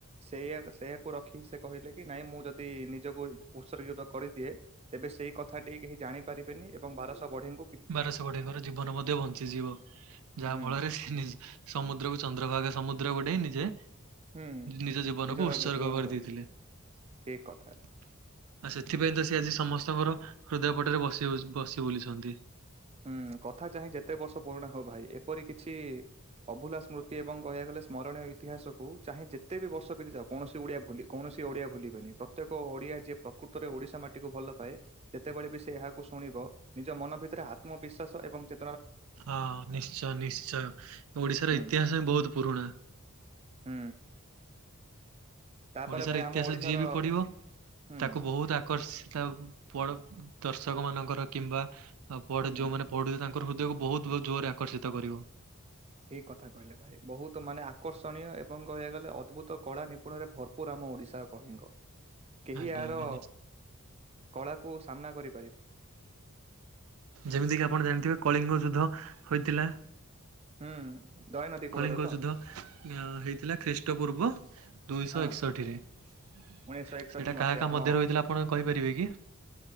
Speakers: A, on the right; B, on the right.
A: ସେ ସେଇଆକୁ ରଖି ସେ କହିଲେ କି ନାଇଁ ମୁଁ ଯଦି ନିଜକୁ ଉତ୍ସର୍ଗିତ କରିଦିଏ ତେବେ ସେଇ କଥା କେହି ଜାଣିପାରିବେନି ଏବଂ ବାରଶହ ବଢିଙ୍କୁ
B: ବାରଶ ବଢେଇଙ୍କର ଜୀବନ ମଧ୍ୟ ବନ୍ ଞ୍ଚିଯିବ ଯାହା
A: ହୁଁ
B: ଫଳରେ ସେ ନିଜେ ସମୁଦ୍ରକୁ ଚନ୍ଦ୍ରଭାଗା ସମୁଦ୍ରକୁ ଡେଇଁ ନିଜେ
A: ହୁଁ
B: ନିଜ ଜୀବନକୁ
A: ନିଜର
B: ଉତ୍ସର୍ଗ
A: ମୃତ୍ୟୁବରଣ
B: କରିଦେଇଥିଲେ
A: କରିଥିଲେ
B: ଆଉ
A: ଠିକ କଥା।
B: ସେଥିପାଇଁ ତ ସିଏ ଆଜି ସମସ୍ତଙ୍କର ହୃଦୟ ପଟରେ ବସି ହୋଉ ବସି ବୁଲିଛନ୍ତି।
A: ହୁଁ କଥା ଚାହେଁ ଯେତେ ବର୍ଷ ପୁରୁଣା ହୋଉ ଭାଇ ଏପରି କିଛି ଅଭୁଲା ସ୍ମୃତି ଏବଂ କହିବାକୁ ଗଲେ ସ୍ମରଣୀୟ ଇତିହାସକୁ ଚାହେଁ ଯେତେ ବି ବର୍ଷ ବିତିଯାଉ କୌଣସି ଓଡିଆ ଭୁଲି କୌଣସି ଓଡିଆ ଭୁଲିବେନି ପ୍ରତ୍ୟେକ ଓଡିଆ ଯିଏ ପ୍ରକୃତରେ ଓଡିଶା ମାଟିକୁ ଭଲ ପାଏ ଯେତେବେଳେ ବି ସେ ଏହାକୁ ଶୁଣିବ ନିଜ ମନ ଭିତରେ ହା ଆତ୍ମବିଶ୍ୱାସ ଏବଂ ଚେ
B: ହଁ ନିଶ୍ଚୟ ନିଶ୍ଚୟ ଓଡିଶାର
A: ହୁଁ
B: ଇତିହାସ ହିଁ ବୋହୁତ ପୁରୁଣା।
A: ହୁଁ। ତାପରେ
B: ଓଡିଶାର
A: ଭାଇ
B: ଇତିହାସ
A: ଆମ ଓଡ଼ିଶାର
B: ଯିଏ ବି ପଢିବ
A: ହୁଁ
B: ତାକୁ ବୋହୁତ ଆକର୍ଷି ତା ପଡ ଦର୍ଶକମାନଙ୍କର କିମ୍ବା ଆଉ ପଢ
A: ହୁଁ
B: ଯୋଉମାନେ ପଢୁଚେ ତାନ୍ ତୋର ହୃଦୟକୁ ବୋହୁତ ବୋହୁତ ଜୋରରେ ଆକର୍ଷିତ କରିବ।
A: ଠିକ କଥା କହିଲେ ଭାଇ ବୋହୁତ ମାନେ ଆକର୍ଷଣୀୟ ଏବଂ କହିବାକୁ ଗଲେ ଅଦ୍ଭୁତ କଳା ନିପୁଣରେ ଭରପୁର ଆମ ଓଡିଶା ଆଉ କଳିଙ୍ଗ। କେହି
B: ଆଜ୍ଞା
A: ଏହାର
B: ଆଜ୍ଞା
A: କଳାକୁ ସାମ୍ନା କରି
B: ଯେମିତିକିି ଆପଣ ଜାଣିଥିବେ କଳିଙ୍ଗ ଯୁଦ୍ଧ ହୋଇଥିଲା।
A: ହୁଁ ଦୟନଦୀ କୂଳରେ
B: କଳିଙ୍କ
A: ତ
B: ଯୁଦ୍ଧ ଅଁ ହେଇ ଥିଲା ଖ୍ରୀଷ୍ଟ୍ ଷ୍ଟପୂର୍ବ ଦୁଇଶ
A: ହଁ
B: ଏକଷଠିରେ ସେଇଟା
A: ଉଣେଇଶହ ଏକଷଠି ମସିହା
B: କାହା କାହା
A: ହଁ
B: ମଧ୍ୟରେ ରହିଥିଲା ଆପଣ କହିପାରିବେ କି?